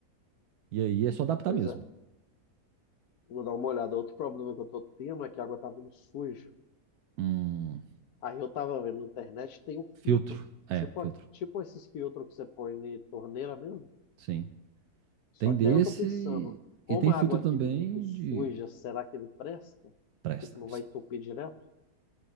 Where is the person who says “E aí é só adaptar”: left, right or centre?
Right